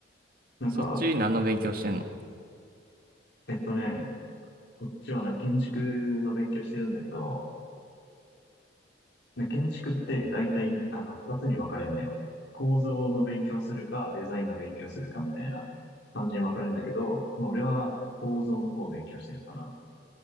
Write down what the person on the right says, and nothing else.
そっち何の勉強してんの